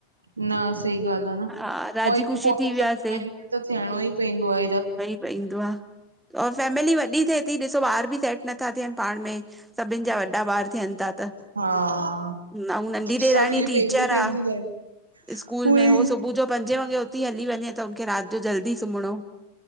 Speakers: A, on the right; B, in the centre.
A: न सही ॻाल्हि आह न,
B: हा राज़ी
A: पो हिकु
B: ख़ुशी
A: पोइ
B: थी
A: हिकु
B: वियासीं
A: टाइम त थियणो ई पईंदो आ।
B: त ईंदो आ, और फैमिली वॾी थे दी ॾिसो ॿार बि सेट नथा थियनि पाण में सभिनि जा वॾा ॿार थियनि था त।
A: हा
B: न ऊ नंढी
A: सभ
B: ॾेराणी
A: जी
B: टीचर
A: पंहिंजी पंहिंजी
B: आ।
A: लाइफ
B: स्कूल
A: उहोई
B: में हो सुबुह जो पंजे वगे उथी हली वञे त, हुनखे राति जो जल्दी सुमणो